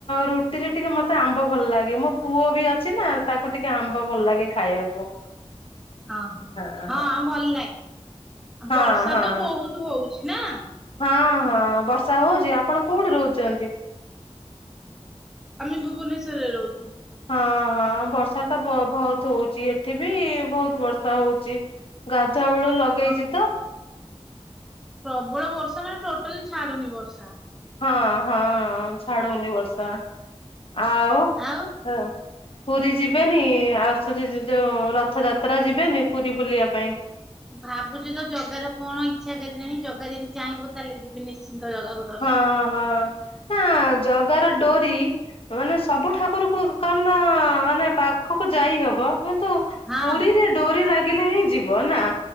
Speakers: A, on the left (about 55°); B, in the centre.
A: ରୁ ଟିରେ ଟିକେ ମତେ ଆମ୍ବ ଭଲ ଲାଗେ ମୋ ପୁଅ ବି ଅଛି ନାଁ ତାକୁ ଟିକେ ଆମ୍ବ ଭଲ ଲାଗେ। ଖାଇବାକୁ
B: ଓହୋ।
A: ହଁ ହଁ।
B: ଭଲ ଲାଗେ
A: ହଁ
B: ବର୍ଷା
A: ହଁ
B: ତ ବହୁତ ହଉଛି, ନାଁ?
A: ହଁ ହଁ ବର୍ଷା ହଉଚି ଆପଣ କୋଉଠି ରହୁଚନ୍ତି?
B: ଆମେ ଭୁବନେଶ୍ୱରରେ ରହୁଚୁ।
A: ହଁ ହଁ ବର୍ଷା ତ ବ ଭଉତ ହଉଚି ଏଠି ବି ଭୋଉତ ବର୍ଷା ହଉଚି। ଗାଧୁଆ ବେଳୁ ଲଗେଇଚି
B: ହଁ ବା ପ୍ରବଳ ବର୍ଷା ମାନେ ଟୋଟାଲି ଛାଡ଼ୁନି ବର୍ଷା।
A: ହଁ ହଁ ଛାଡ଼ୁନି ବର୍ଷା ଆଉ?
B: ଆଉ?
A: ଏଁ ଅ। ପୁରୀ ଯିବେନି ଆସୁଚି ଯୋ ଯୋଉ ରଥଯାତ୍ରା ଯିବେନି ପୁରୀ ବୁଲିବା ପାଇଁ?
B: ଭାବୁଚୁ ତ ଜଗାର କଣ ଇଚ୍ଛା କେଜାଣି ଜଗା ଯେଦି ଚାହିଁବ ତାହେଲେ ଯିବି ନିଶ୍ଚିନ୍ତ ଜଗା ଗ
A: ହଁ ହଁ ନାଁ ଜଗାର ଡୋରି ମାନେ ସବୁ ଠାକୁରକୁ କଣନା ମାନେ ପାଖକୁ ଯାଇ ହବ କିନ୍ତୁ
B: ହଁ
A: ପୁରୀରେ ଡୋରି ଲାଗିଲେ ହିଁ ଯିବ ନାଁ?